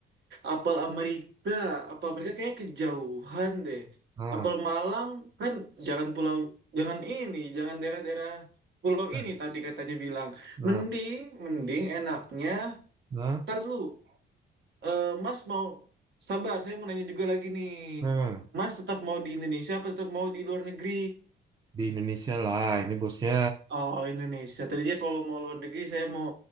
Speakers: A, on the right; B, on the right.
A: Apel Amerika, apel Amerika kayaknya kejauhan deh.
B: Nah,
A: Apel Malang kan jangan pulau, jangan ini, jangan daerah-daerah pulau
B: nah,
A: ini tadi katanya bilang.
B: nah,
A: Mending, mending enaknya,
B: nah.
A: ntar dulu. Eh, Mas mau sabar, saya mau nanya juga lagi nih.
B: nah.
A: Mas tetap mau di Indonesia apa tetap mau di luar negeri?
B: di Indonesia lah ini bosnya
A: Oh, Indonesia. Tadinya kalau mau luar negeri saya mau